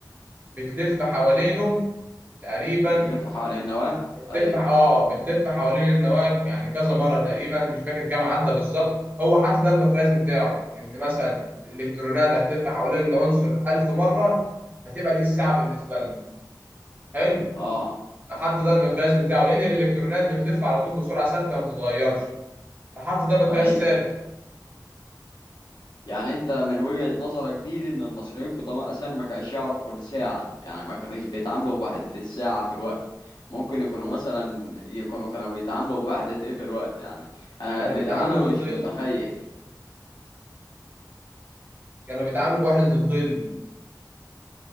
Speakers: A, on the right; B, on the left.
A: بتلف حوالينه تقريبا
B: بتلف حوالين النواة
A: بتلف
B: ايوه
A: اه بتلف حوالين النواة يعني كذا مرة تقريبا مش فاكر كام عدى بالظبط هو حاطط ده المقياس بتاعه ان مثلا الالكترونات هتلف حوالين العنصر 1000 مرة هتبقى دي الساعة بالنسبة لنا حلو
B: اه
A: فحط ده المقياس بتاعه لان الالكترونات بتلف على طول بسرعة ثابتة ما بتتغيرش فحط ده مقياس
B: ايوه
A: ثابت
B: يعني انت من وجهة نظرك دي, دي ان المصريين القدماء اساسا ما كانش يعرفوا الساعة يعني ما كانوش بيتعاملوا بوحدة الساعة في الوقت ممكن يكونوا مثلا يكونوا كانوا بيتعاملوا بوحدة ايه في الوقت يعني انا
A: كانوا
B: للأمانة
A: بيتعاملوا بالظل
B: مش متخيل
A: كانوا بيتعاملوا بوحدة الظل